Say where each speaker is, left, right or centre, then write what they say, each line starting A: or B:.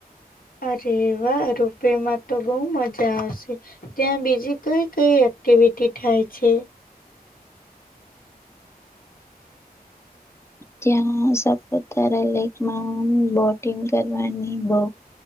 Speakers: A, on the left; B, on the left.
A: અરે વા રૂપેમાં તો બહુ મજા આવશે. ત્યાં બીજી કઈ કઈ એક્ટિવિટી થાય છે.
B: ત્યાં સાપતારા લેકમાં બોટિંગ કરવાની બઉ.